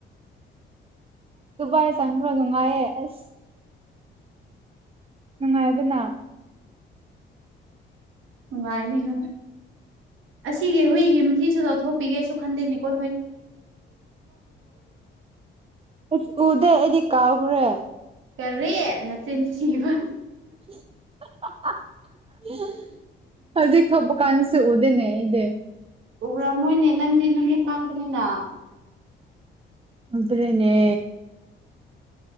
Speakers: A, on the right; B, on the right.
A: ꯑꯗꯨꯗꯨꯕꯥꯥꯏ ꯆꯥꯡꯪ꯭ꯔꯣ ꯅꯨꯡꯉꯥꯏꯑꯦ ꯑꯁ ꯅꯨꯡꯉꯥꯏꯕꯅ
B: ꯅꯨꯡꯉꯥꯏꯅꯤꯅ ꯑꯁꯤꯒꯤ ꯍꯨꯏꯒꯤ ꯃꯊꯤꯁꯤꯗ ꯂꯧꯊꯣꯛ ꯄꯤꯒꯦꯁꯨ ꯈꯟꯗꯦꯅꯦꯀꯣ
A: ꯑꯁ ꯎꯗꯦ ꯑꯩꯗꯤ ꯀꯥꯎꯈ꯭ꯔꯦ
B: ꯀꯔꯦ ꯃꯆꯤꯟ ꯊꯤꯕ
A: <unintelligible> ꯍꯧꯖꯤꯛ ꯊꯣꯛꯄ ꯀꯥꯟꯁꯨ ꯎꯗꯅꯦ ꯑꯩꯗꯤ
B: ꯎꯕ꯭ꯔꯥ ꯃꯣꯏꯅꯦ ꯅꯪꯗꯤ ꯅꯨꯃꯤꯠ ꯄꯥꯡꯕꯅꯤꯅ
A: ꯑꯗꯨꯗ꯭ꯔꯦꯅꯦ